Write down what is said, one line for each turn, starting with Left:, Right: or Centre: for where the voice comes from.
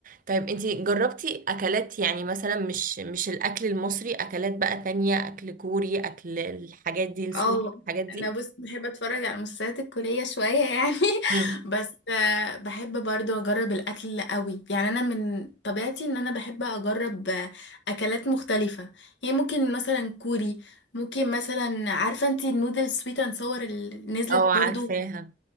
Right: طيب انتي جربتي اكلات يعني مثلا مش مش الاكل المصري اكلات بقى تانية اكل كوري اكل الحاجات دي السوشي
Left: اه
Right: الحاجات دي
Left: انا بص بحب اتفرج على المسلسلات الكورية شوية يعني
Right: مم.
Left: <laughs> بس آه، بحب برضو اجرب الاكل قوي يعني انا من طبيعتي ان انا بحب اجرب آه، اكلات مختلفة يعني ممكن مثلا كوري ممكن مثلا عارفة انتي النودل سويت اند صور اللي نزلت
Right: اه عارفاها
Left: برضو